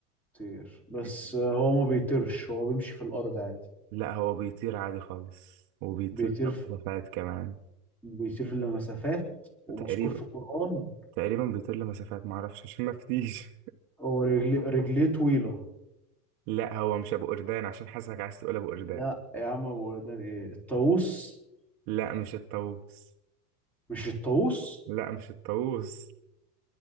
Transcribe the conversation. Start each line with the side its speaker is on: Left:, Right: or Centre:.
Centre: طير بس
Right: مم.
Centre: هو ما بيطيرش هو بيمشي في الأرض عادي
Right: لا هو بيطير عادي خالص وبيطير
Centre: بيطير في...
Right: مسافات كمان
Centre: بيطير لمسافات ومذكور
Right: تقريبا
Centre: في القرآن
Right: تقريبا بيطير لمسافات معرفش عشان ما فتيش
Centre: هو رجليه رجليه طويلة
Right: لا هو مش ابو قردان عشان حاسسك عايز تقول ابو قردان
Centre: لا يا عم ابو وردان ايه الطاووس
Right: لا مش الطاووس
Centre: مش الطاووس
Right: لا مش الطاووس